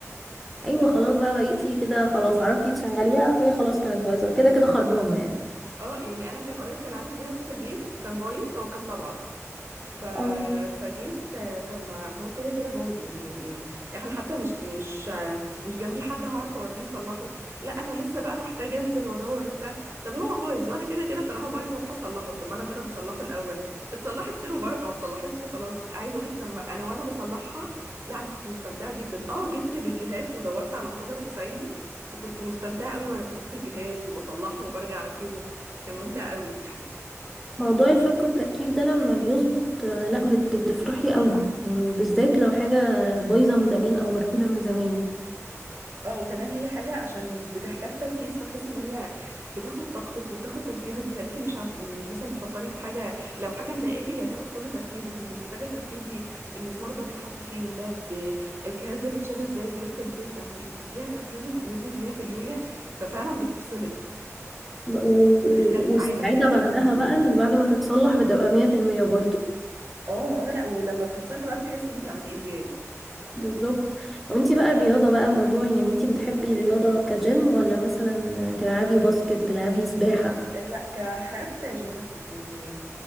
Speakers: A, in the centre; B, on the right.
A: ايوه خلاص بقى بقيتي كده خلاص عرفتي تشغليها هي خلاص كانت بايظة كده كده خربانة يعني
B: <laughs> اه يعني انا كان قريب كان عندي جهاز في البيت كان بايظ هو كان طبعه ف...
A: اه
B: فجيت آه، طب ما هو كده كده باظ يعني و- يعني احنا حتى مش يعني مش آه، مش جنبي حد هعرف اوديه يصلحه لا انا لسه بقى محتاجه انزل وادور وبتاع طب هو بايظ وانا كده كده طالما بايظ هروح اصلحه طب ما انا اجرب اصلحه الاول اتصلحت خير وبركه ما اتصلحتش خلاص عايز اقولك لما انا وانا بصلحها لا انا كنت مستمتعه جدا اه جبت فيديوهات ودورت على مصادر تساعدني بس كنت مستمتعه قوي وانا بفك الجهاز وبصلحه وبرجع اركبه كان ممتع قوي
A: موضوع الفك والتركيب ده لما بيظبط آه، لا بت- بتفرحي قوي يعني وبالذات لو حاجة بايظة من زمان او مركونة من زمان
B: اه وكمان هي حاجة عشان بتحتاج تركيز فتحس ان هي بتاخد طاقتك وبتاخد تركيزك وتهلكي مش عارف- مش مثلا بتفكري في حاجة لو حاجة مضايقاكي هي هتاخد كل تركيزك انت محتاجة تركزي المسمار ده بيتحط فين ده ب... الجهاز ده بيتشال ازاي بيركب ازاي فانت بتديها تركيزك بنسبة 100% ففعلا بتفصلك
A: و-
B: بتدخلك
A: والسعادة
B: عالم كده
A: بعدها بقى بعد ما تتصلح بتبقى مية في المية برضه
B: اه اه لا ولما بتتصالح بقى بتحسي ان انت عملتي انجاز
A: بالظبط طب انتي بقى الرياضة بقى موضوع يعني انتي بتحبي الرياضة كجيم ولا مثلا تلعبي باسكت تلعبي سباحة
B: آه، لا كحاجات جيمناستيك يعني